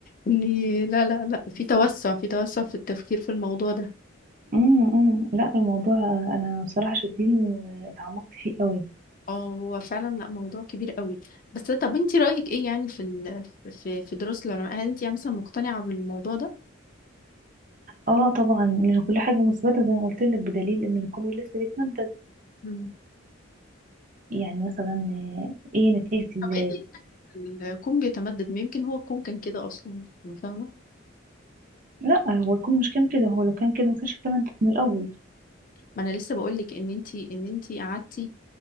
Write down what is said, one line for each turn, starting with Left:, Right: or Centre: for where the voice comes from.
Left: إن لا لا لا في توسع في توسع في التفكير في الموضوع ده
Right: امم أمم. لا الموضوع آه، انا بصراحة شدني واتعمقت فيه قوي
Left: اه هو فعلا لا موضوع كبير قوي بس طب انت رأيك ايه يعني في ال... في في دروس العلماء هل انت يعني مثلا مقتنعة بالموضوع ده؟
Right: اه طبعا ان كل حاجة مثبتة زي ما قلت لك بدليل ان الكون لسه بيتمدد
Left: مم.
Right: يعني مثلا آه، ايه نتيجة ال
Left: طب ايه اللي يخلي الكون بيتمدد ما يمكن هو الكون كان كده اصلا يعني فاهمة
Right: لا هو الكون مش كان كده هو لو كان كده ما كانش التمدد من الأول
Left: ما انا لسه بقول لك ان انت ان انت قعدتي